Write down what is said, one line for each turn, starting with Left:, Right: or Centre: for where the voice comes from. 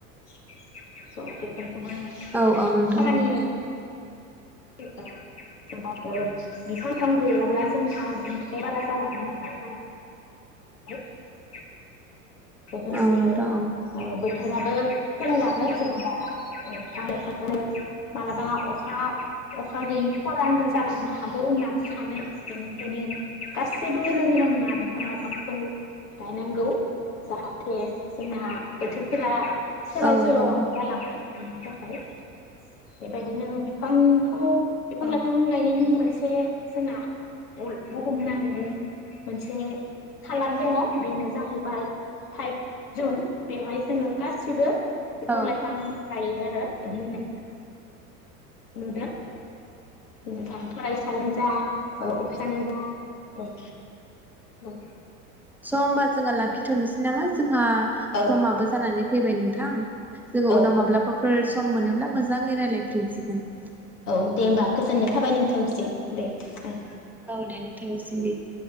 Left: स' बे खामानि
Centre: औ औ नोंथां औ
Left: सोराबाफोर बिफां <unintelligible> गैयाब्ला जोंहा <unintelligible> बारा जालाङो नालायहाय <unintelligible> लोगोसे
Centre: औ नोंथां औ
Left: बोथो राबो सोलायलाङो जेनेबा बिफां लाइफांखौ मालाबा अखा अखा गैयै खरानबो जालांनो हागौ होननानै सानो। बेनिखायनो गासैबो लोगो नांना बिफां लाइफांखौ गायनांगौ। जाहाथे जोंना बोथोरफोरा सोलाय
Centre: औ
Left: सोल'
Centre: औ
Left: जालाङा बिनि थाखाय बेबायदिनो बिफांखौ बिफां-लाइफां
Centre: औ
Left: गायनायनि मो नसे जोंना अल बुहुम नाङैनो मोनसे खालार दङ बेनो जाहैबाय फाइभ जुन बेवहाय जोङो गासिबो बिफां-लाइफां
Centre: औ
Left: गायो आरो <unintelligible> <unintelligible> फरायसानो जा औ अफिसानो जा औ औ
Centre: स' होमबा जोंङो लाखिथ'नोसै नामा जों ना
Left: औ
Centre: समाबो जानानै फैबाय नोंथां जोंङो
Left: औ
Centre: उनाव माब्लाबाफोर सम मोनोब्ला मोजांङै रायज्लाय फिनसिगोन
Left: औ दे होमबा गोजोननाय थाबाय नोंथांसिम दे ओ
Centre: औ दे नोंथांनि सिमबो